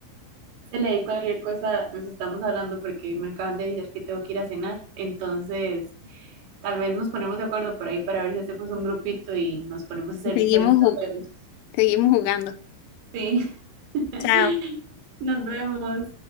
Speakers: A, on the right; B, on the left.
A: Se le di cualquier cosa, nos estamos hablando porque me acaban de avisar que tengo que ir a cenar. Entonces... Tal vez nos ponemos de acuerdo por ahí para ver si hacemos un grupito y nos ponemos a hacer
B: Seguimos,
A: diferentes
B: ju-
A: juegos.
B: seguimos jugando.
A: Sí. <laughs>
B: Chao.
A: Nos vemos.